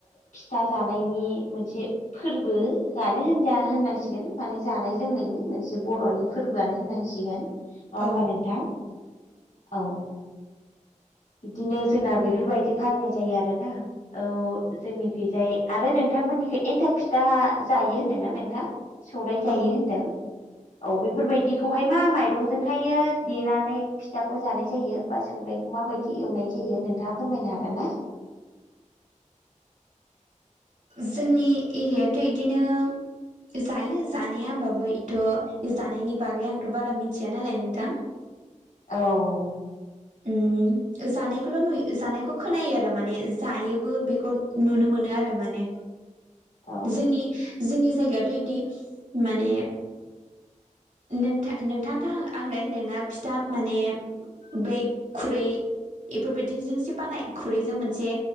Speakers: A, on the left; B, on the right.
A: फिथा जानायनि मोनसे फोरबोआनो होनजा होननांसिगोन माने जानाय लोंनायनि मोनसे बर'नि फोरबोआनो होननांसिगोन। नङा
B: औ
A: होनबा नोंथां औ बिदिनो जोंना बेफोरबायदि फालिनाय जायो आरोना। औ जोंनिखैजाय आरो नोंथांमोननि बे एन्थाब फिथा जायो होन्दोंना नोंथां सौरायाइ जायो
B: औ
A: होनदों। औ बेफोरबायदिखौहाय मा माइरंजोंहायो देनानै फिथाखौ जानाय जायो बा सौराइखौ माबायदि एवनाय जायो नोंथाङा फोरमायनो हागोनना।
B: जोंनि एरियाथ' बिदिनो जायो जानाया होम्बाबो इथ' जानायनि बागै आंथ' बारा मिथिया नालाय नोंथां।
A: औ
B: ओम जानायखौल' नुयो जानायखौ खोनायो आरो माने जायोबो बेखौ नुनो मोनो आरो माने
A: औ
B: जोंनि-जोंनि जायगायाथ' बिदि माने नोंथ नोंथाङथ' आंलाय होनदों ना फिथा माने बै खुरै बेफोरबायदिजोंसो बानाय खुरैजों मोनसे